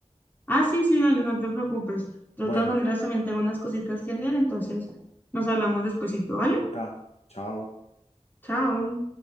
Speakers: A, on the left; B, on the left.
A: Ah, sí, sí, dale, no te preocupes. De
B: Bueno,
A: todas maneras, también tengo unas cositas que hacer, entonces nos hablamos despuesito, ¿vale?
B: ok, chao.
A: Chao.